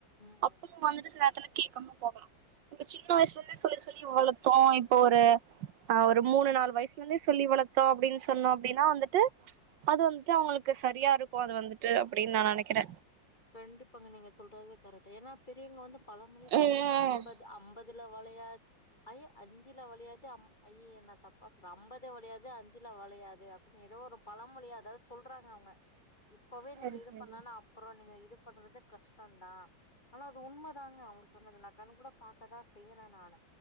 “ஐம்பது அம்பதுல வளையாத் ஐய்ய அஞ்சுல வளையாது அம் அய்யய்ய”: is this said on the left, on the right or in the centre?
Left